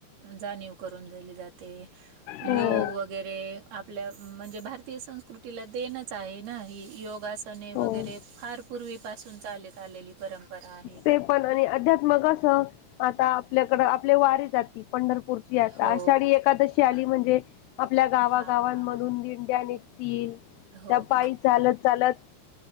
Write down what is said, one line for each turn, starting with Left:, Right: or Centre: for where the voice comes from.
Right: जाणीव करून दिली जाते. ते,
Left: हो
Right: योग वगैरे आपल्या म्हणजे भारतीय संस्कृतीला देणच आहे. नाही योगासने वगैरे,
Left: हो
Right: फार पूर्वी पासून चालत आलेली परंपरा आहे.
Left: ते पण, आणि अध्यात मग कस, आता आपल्याकड आपले वारी जाती पंढरपू पुरची यात्रा,
Right: हो.
Left: अषाढी एकादशी आली म्हणजे, आपल्या गावागावांमधून
Right: हां.
Left: दिंड्या नी तील
Right: हो
Left: त्या पायी
Right: की.
Left: चालत-चालत